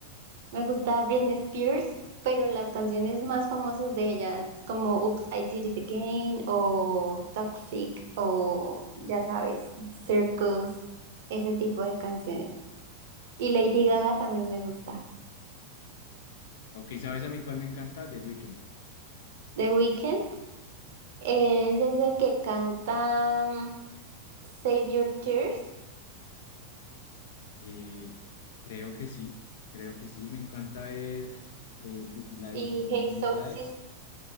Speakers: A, on the right (about 55°); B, on the left (about 55°).
A: Me gusta Britney Spears, pero las canciones más famosas de ella, como Oops, I Did It Again, o Toxic, o ya sabes, Circus, ese tipo de canciones. Y Lady Gaga también me gusta.
B: Ok, ¿sabes a mí cuál me encanta? The Weeknd.
A: The Weeknd, ese es el que canta mm, Save Your Tears
B: Eh, creo que sí, creo que sí, me encanta es ah, eh, Bli-
A: y
B: Blinding
A: Hey Soul
B: Lights.
A: Sister.